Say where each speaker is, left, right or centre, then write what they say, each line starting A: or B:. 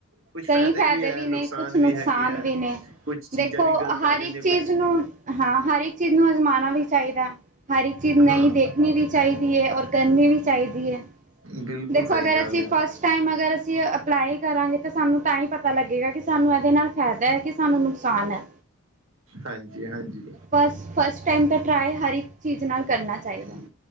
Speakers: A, on the right; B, on the right.
A: ਕੁਛ
B: ਕਈ ਫਾਇਦੇ
A: ਹੈ
B: ਵੀ
A: ਨੁਕਸਾਨ
B: ਨੇ ਕੁਛ ਨੁਕਸਾਨ
A: ਵੀ ਹੈਗੇ ਹੈ
B: ਵੀ ਨੇ
A: ਕੁਛ ਚੀਜ਼ਾਂ
B: ਦੇਖੋ
A: ਵੀ ਗ਼ਲਤ
B: ਹਰ
A: ਆ ਜਾਂਦੀਆਂ
B: ਇੱਕ
A: ਕੁਝ
B: ਚੀਜ਼ ਨੂੰ ਹਾਂ ਹਰ ਇੱਕ ਚੀਜ਼ ਨੂੰ ਅਜਮਾਨਣਾ ਵੀ ਚਾਹੀਦਾ ਹਰ ਇੱਕ ਚੀਜ਼ ਨਹੀਂ
A: ਹਾਂ
B: ਦੇਖਣੀ ਵੀ ਚਾਹੀਦੀ ਹੈ ਔਰ ਕਰਨੀ ਵੀ ਚਾਹੀਦੀ ਹੈ
A: ਬਿਲਕੁਲ
B: ਦੇਖੋ
A: ਸਹੀ
B: ਅਗਰ
A: ਗੱਲ
B: ਅਸੀਂ
A: ਹੈ
B: ਫਸਟ ਟਾਈਮ ਅਗਰ ਅਸੀਂ ਅਪਲਾਈ ਕਰਾਂਗੇ ਤਾਂ ਸਾਨੂੰ ਤਾਂ ਹੀ ਪਤਾ ਲੱਗੇਗਾ ਕਿ ਸਾਨੂੰ ਇਹਦੇ ਨਾਲ ਫਾਇਦਾ ਹੈ ਕਿ ਸਾਨੂੰ ਨੁਕਸਾਨ ਹੈ
A: ਹਾਂਜੀ ਹਾਂਜੀ
B: ਬਸ ਫਸਟ ਟਾਈਮ ਤਾਂ ਟਰਾਏ ਹਰ ਇੱਕ ਚੀਜ਼ ਨਾਲ ਕਰਨਾ ਚਾਹੀਦਾ।
A: ਹੂ